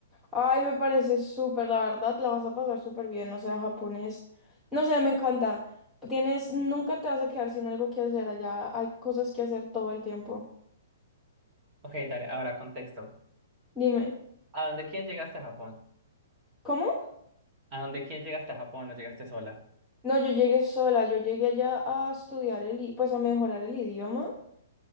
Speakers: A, in the centre; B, on the right.
A: Ay, me parece súper, la verdad, la vas a pasar súper bien, o sea, japonés, no sé, me encanta. Tienes, nunca te vas a quedar sin algo que hacer allá, hay cosas que hacer todo el tiempo.
B: Ok, dale, ahora contexto.
A: Dime,
B: ¿A dónde quién llegaste a Japón?
A: ¿cómo?
B: ¿A dónde quién llegaste a Japón? ¿No llegaste sola?
A: No, yo llegué sola, yo llegué allá a estudiar el, i- pues a mejorar el idioma.